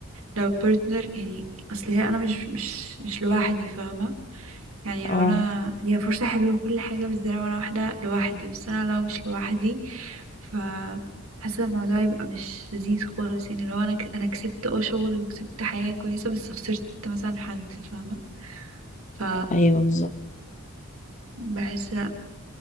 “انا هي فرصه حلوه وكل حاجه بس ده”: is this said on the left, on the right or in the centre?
Right